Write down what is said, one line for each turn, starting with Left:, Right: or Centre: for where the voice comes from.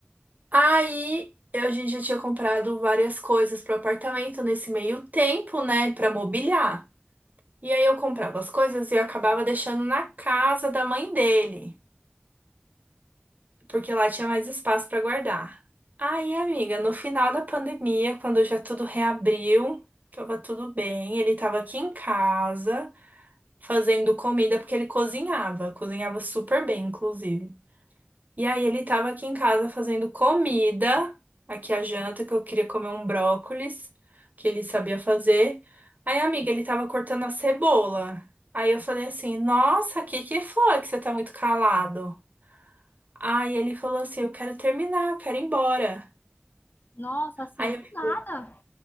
Right: Aí eu- a gente já tinha comprado várias coisas pro apartamento nesse meio tempo, né, Pra mobiliar. E aí eu comprava as coisas e eu acabava deixando na casa da mãe dele, porque lá tinha mais espaço pra guardar. Aí, amiga, no final da pandemia, quando já tudo reabriu, tava tudo bem, ele tava aqui em casa fazendo comida porque ele cozinhava, cozinhava super bem, inclusive. E aí ele tava aqui em casa fazendo comida, aqui a janta, que eu queria comer um brócolis, que ele sabia fazer. Aí, amiga, ele tava cortando a cebola. Aí eu falei assim, nossa, o que que foi que você tá muito calado? Aí ele falou assim, eu quero terminar, eu quero ir embora.
Left: Nossa, assim,
Right: Aí eu
Left: do nada.
Right: falei,